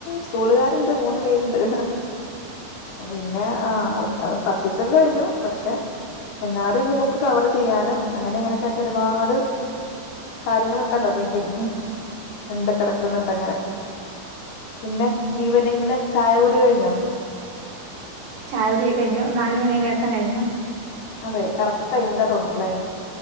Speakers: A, on the left (about 65°); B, on the right (about 80°).
A: സ്കൂളുകാര്ണ്ട് മൂന്ന് പേരുണ്ട്. പിന്നെ ആ അത് പർച്ചേസ് ഒക്കെ കഴിഞ്ഞു പക്ഷെ എന്നാലും ഇനി ബുക്ക് കവർ ചെയ്യാനും അങ്ങനെ എങ്ങനെയൊക്കെ- ഒരുപാട് കാര്യങ്ങുണ്ടല്ലോ പെന്റങ് ഉ ഉണ്ട് കിടക്കുന്നുണ്ട് അങ്ങനെ പിന്നെ ഈവനിങ്ങില് ചായ കുടി കഴിഞ്ഞോ
B: ചായ കുടിയൊക്ക കഴിഞ്ഞു നാലുമണയൊ എപ്പം കഴിഞ്ഞു
A: അതെ കറക്റ്റ് ടൈമന്റൊ തോന്നല്ലേ